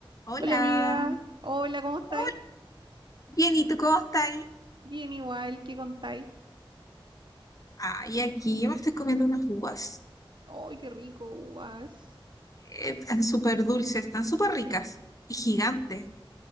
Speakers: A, on the left; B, on the right.
A: Hola,
B: Hola amiga, hola, ¿cómo estáis?
A: Hola. bien, ¿y tú cómo estás?
B: Bien igual, ¿qué contáis?
A: Ay, aquí yo me estoy comiendo unas uvas.
B: ¡Ay, qué rico, uvas!
A: Eh, Están súper dulces, están súper ricas y gigantes,